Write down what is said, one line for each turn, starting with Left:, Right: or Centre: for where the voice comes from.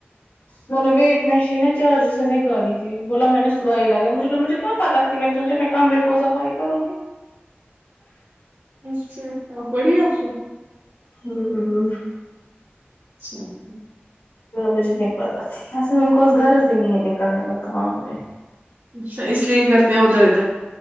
Left: میں نے ویٹ مشین ہے چارج سے نکالی تھی بولا میں نے صبحائی لاگیا مجھے مجھے کہاں پہ تھی میں نے سوچا میں کمرے کو صفائی کروں گی
Right: اچھا اچھا پڑی آپسو
Left: ہوں ہ
Right: ای
Left: مجھے نہیں پتہ م کوس رض ہی نہیں ہے نکلنے کا کام پہ
Right: اچھا اس لیے کرتے ہیں ادھر ادھر